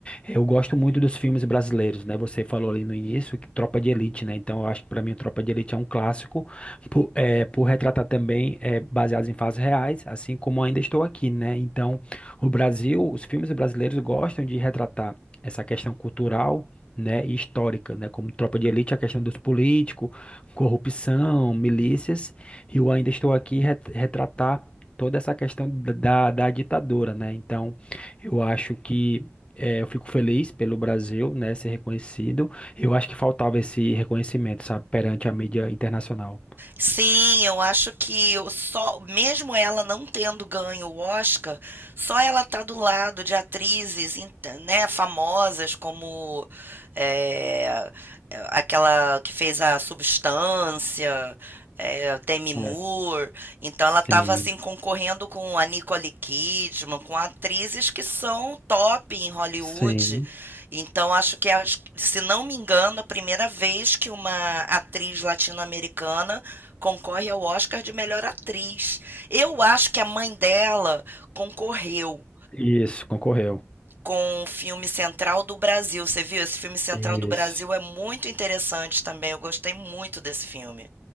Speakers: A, on the left (about 25°); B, on the right (about 45°).
A: eu gosto muito dos filmes brasileiros, né? Você falou ali no início que Tropa de Elite, né? Então eu acho que para mim Tropa de Elite é um clássico, por, é, por retratar também é, baseados em fatos reais, assim como ainda estou aqui, né? Então o Brasil, os filmes brasileiros gostam de retratar essa questão cultural, né, e histórica, né, como Tropa de Elite, a questão dos políticos, corrupção, milícias, e eu ainda estou aqui ret- retratar toda essa questão da, da da ditadura, né? Então, eu acho que eh, eu fico feliz pelo Brasil, né, ser reconhecido. Eu acho que faltava esse reconhecimento, sabe, perante a mídia internacional.
B: Sim, eu acho que eu só, mesmo ela não tendo ganho o Oscar, só ela tá do lado de atrizes, int- né, famosas como é, é, aquela que fez a Substância, é, Demi Moore.
A: É,
B: Então
A: sim,
B: ela estava assim concorrendo com a Nicole Kidman, com atrizes que são top em Hollywood.
A: sim.
B: Então acho que, acho- se não me engano, a primeira vez que uma atriz latino-americana concorre ao Oscar de melhor atriz. Eu acho que a mãe dela concorreu
A: Isso, concorreu.
B: com o filme Central do Brasil. Você viu? Esse filme Central
A: Isso.
B: do Brasil é muito interessante também. Eu gostei muito desse filme.